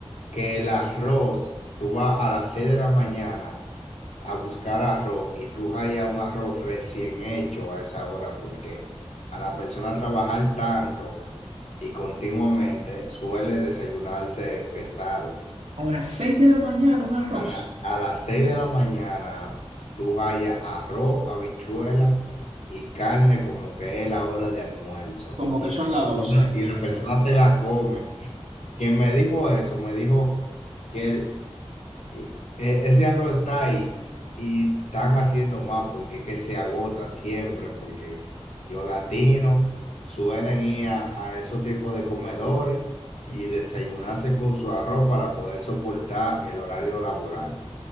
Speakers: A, on the left (about 85°); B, on the right (about 85°).
A: que el arroz, tú vas a las 6 de la mañana a buscar arroz y tú hallas un arroz recién hecho a esa hora, porque a la persona trabajar tanto y continuamente suele desayunarse pesado.
B: las 6 de la mañana un arroz.
A: A la- a las 6 de la mañana tú hallas arroz, habichuela y carne como que es la hora de almuerzo.
B: Como
A: Y
B: que son
A: la persona,
B: las 12 aquí
A: y
B: en
A: la
B: Herrera.
A: persona se la comen. Quien me dijo eso, me dijo que el- y- e- ese arroz está ahí y están haciendo más porque que se agota siempre, porque los latinos suelen ir a, a esos tipos de comedores y desayunarse con su arroz para poder soportar el horario laboral.